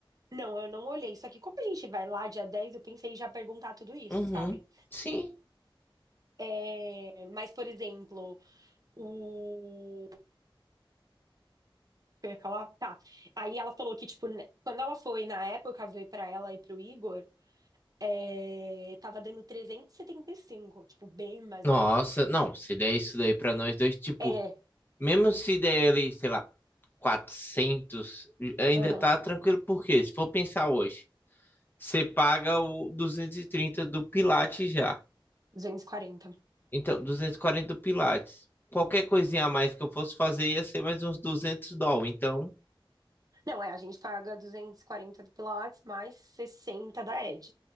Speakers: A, on the right; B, on the left.
A: não, eu não olhei. Só que como a gente vai lá dia 10, eu pensei em já perguntar tudo isso,
B: Uhum.
A: sabe?
B: Sim.
A: É, mas, por exemplo, o. Eu ia falar, tá. Aí ela falou que, tipo, né, quando ela foi na época ver pra ela e pro Igor. é, tava dando 375, tipo, bem mais
B: Nossa,
A: baixo.
B: não, se der isso daí pra nós dois, tipo,
A: É,
B: mesmo se der ele, sei lá, 400, ainda
A: aham,
B: tá tranquilo, porque se for pensar hoje, você paga o 230 do Pilates já.
A: 240.
B: Então, 240 do Pilates. Qualquer coisinha a mais que eu fosse fazer ia ser mais uns duzentos doll. Então,
A: Não, é, a gente paga duzentos e quarenta do Pilates mais 60 da Ed,